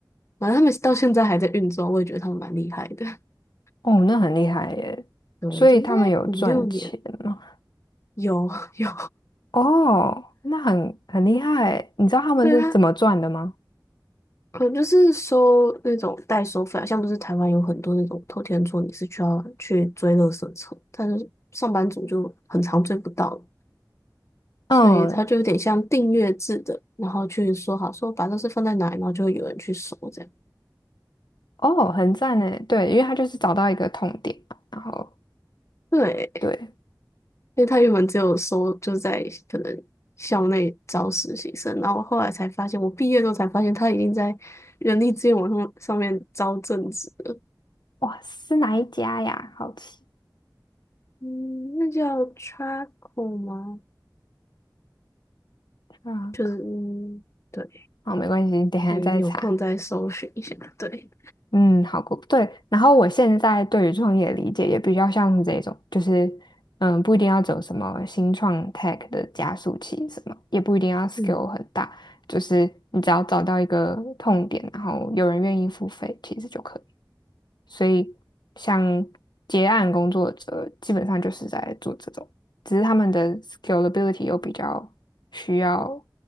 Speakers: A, on the left; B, on the left.
A: 反正他们到现在还在运作，我也觉得他们蛮厉害的。<laughs>
B: 哦，那很厉害耶！
A: 对，
B: 所以他们有赚钱吗？
A: 已经大概五六年有 <laughs> 有，
B: 哦，那很很厉害耶你知道他们是怎么赚的吗？
A: 对啊。能就是收那种代收费啊，像不是台湾有很多那种偷天厝，你是需要去追垃圾车，但是上班族就很常追不到，
B: 嗯，
A: 所以他就有点像订阅制的，然后去说好说把垃圾放在哪里，然后就会有人去收这样。
B: 哦，很赞呢，对，因为他就是找到一个痛点嘛，然后
A: 对，
B: 对，
A: 因为他原本只有收就在可能校内招实习生，然后后来才发现，我毕业之后才发现他已经在人力资源网上上面招正职了。
B: 哇，是哪一家呀？好奇
A: 嗯，那叫 Traco 吗？
B: 啊，
A: 就是嗯，对，
B: 好，没关系，等一下再查。
A: 可以有空再搜寻一下。对，
B: 嗯，好过对。然后我现在对于创业的理解也比较像是这种，就是嗯，不一定要走什么新创 tech 的加速器，什么也不一定要
A: <laughs>
B: skill
A: 嗯
B: 很大，就是你只要找到一个痛点，然后有人愿意付费，其实就可以。所以像结案工作者，基本上就是在做这种，只是他们的 scalability 又比较需要，